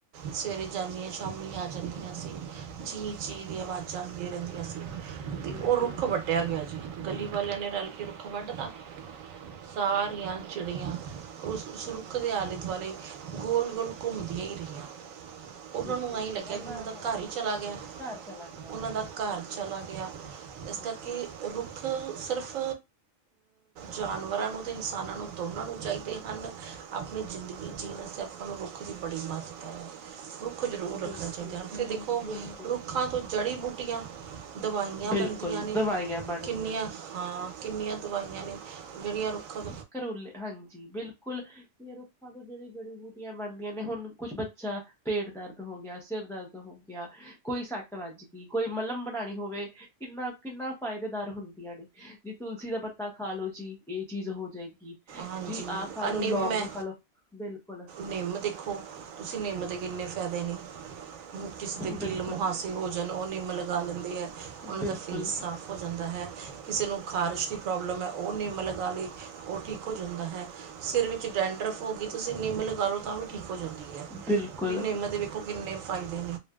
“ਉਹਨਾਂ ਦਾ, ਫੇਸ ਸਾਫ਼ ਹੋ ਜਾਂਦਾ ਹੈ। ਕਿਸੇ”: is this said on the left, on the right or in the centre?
Right